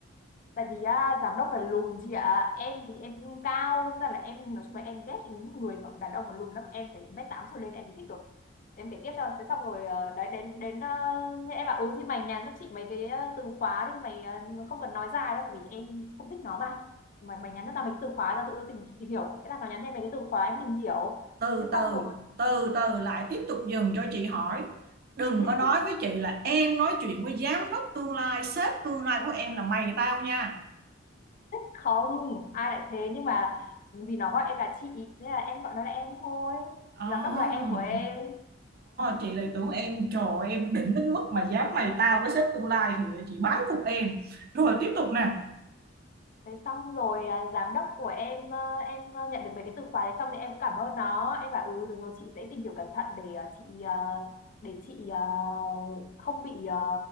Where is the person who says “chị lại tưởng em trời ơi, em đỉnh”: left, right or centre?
Right